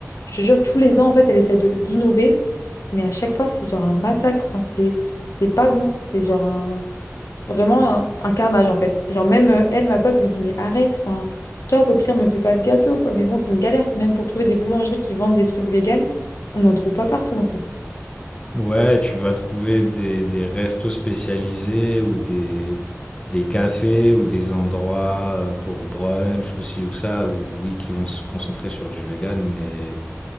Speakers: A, on the left (about 75°); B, on the left (about 20°).
A: je te jure, tous les ans, en fait, elle essaye de d'innover, mais à chaque fois, c'est genre un massacre. Enfin, c'est c'est pas bon. C'est genre un vraiment un, un carnage, en fait. Genre même euh, elle, ma pote, elle lui dit, mais arrête, enfin, stop. Au pire, me fais pas de gâteau, quoi. Mais bon, c'est une galère. Même pour trouver des boulangeries qui vendent des trucs véganes, on n'en trouve pas partout, en fait.
B: Ouais, tu vas trouver des, des restos spécialisés ou des, des cafés ou des endroits euh, pour brunch ou ci ou ça, ou oui, qui vont se concentrer sur du vegan, mais